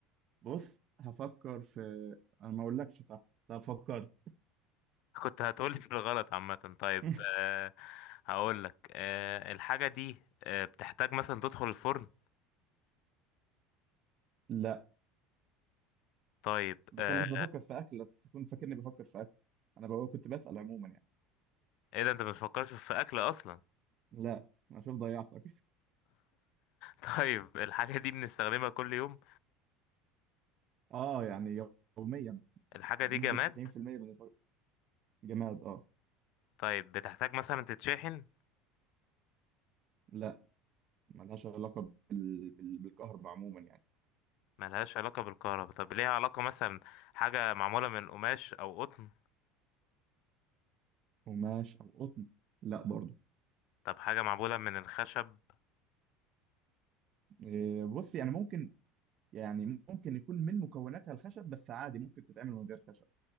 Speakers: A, on the right; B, on the left.
A: بص هفكر في أنا ما أقولكش صح طب فكرت
B: كنت هتقولي <laughs> بالغلط عامة طيب
A: <laughs>
B: أه هقول لك أه الحاجة دي أه بتحتاج مثلا تدخل الفرن
A: لا
B: طيب
A: بس
B: أه
A: أنا مش بفكر في أكل لا تكون فاكرني بفكر في أكل أنا بقى كنت بسأل عموما يعني
B: ايه ده انت ما بتفكرش في اكل اصلا
A: لا أنا شوف ضيعتك <laughs>
B: طيب الحاجة دي بنستخدمها كل يوم
A: آه يعني يوميا
B: الحاجة
A: بنسبة
B: دي جماد
A: 90% بالنسبة جماد اه
B: طيب بتحتاج مثلا تتشحن
A: لا ملهاش علاقة بال... بال... بالكهرباء عموما يعني
B: ملهاش علاقة بالكهرباء طب ليها علاقة مثلا حاجة معمولة من قماش أو قطن
A: قماش أو قطن لا برضو
B: طب حاجة معمولة من الخشب
A: إيه بص يعني ممكن يعني ممكن يكون من مكوناتها الخشب بس عادي ممكن تتعمل من غير خشب